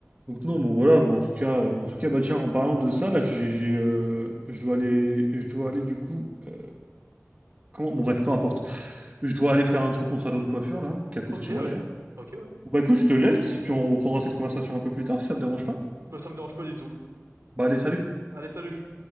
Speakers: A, on the right; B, on the right.
A: Donc non, bon voilà, bon, en tout cas, euh, en tout cas, bah tiens, en parlant de ça, là, j'ai, j'ai, euh, je dois aller, je dois aller du coup, euh, comment, bon bref, peu importe, je dois aller faire un truc au salon de coiffure là, qui est à côté
B: ok
A: de chez
B: ouais
A: moi d'ailleurs.
B: ok ouais
A: Bon, Bah écoute, je te laisse, puis on reprendra cette conversation un peu plus tard si ça te dérange pas.
B: bah ça me dérange pas du tout
A: Bah allez, salut!
B: allez salut